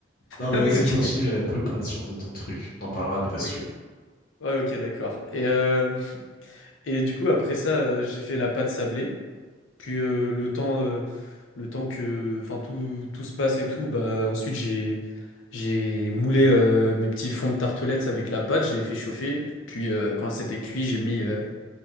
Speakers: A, on the left (about 50°); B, on the left (about 80°).
A: Non, mais
B: Ah
A: vas-y,
B: oui, OK.
A: continue la préparation de ton truc. On en parlera après si
B: OK.
A: tu veux.
B: Ouais, OK, d'accord. Et, euh, et du coup, après ça, euh, j'ai fait la pâte sablée. Puis euh, le temps, euh, le temps que, enfin, tout, tout se passe et tout, bah ensuite j'ai j'ai moulé euh, mes petits fonds de tartelettes avec la pâte. Je l'ai fait chauffer. Puis euh, quand c'était cuit, j'ai mis euh,